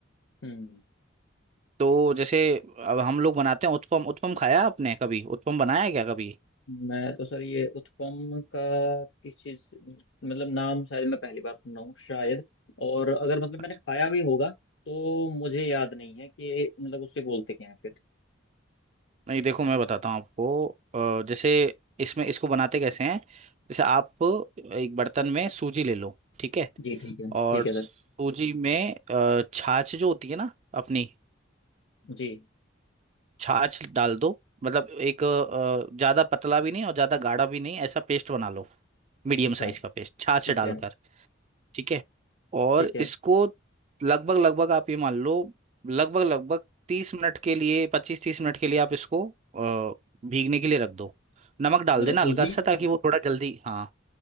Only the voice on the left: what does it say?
हम्म
मैं तो सर ये उत्पम का किस चीज से- मतलब नाम शायद मैं पहली बार सुन रहा हूँ शायद और अगर मतलब
मैंने खाया भी होगा तो मुझे याद नहीं है कि मतलब उससे बोलते क्या है फिर
जी ठीक है ठीक
है
सर
जी
अच्छा
ठीक
है
ठीक है
मतलब
सूजी